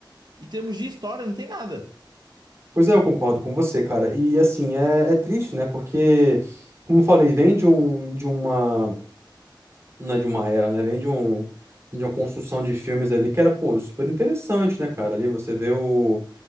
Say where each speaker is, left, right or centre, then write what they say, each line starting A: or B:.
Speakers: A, on the right; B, on the right.
A: em termos de história não tem nada.
B: Pois é, eu concordo com você, cara. E assim, é, é triste, né? Porque, como eu falei, vem de um, de uma, não é de uma era, né? Vem de um, de uma construção de filmes ali que era, pô, super interessante, né, cara? Ali você vê o,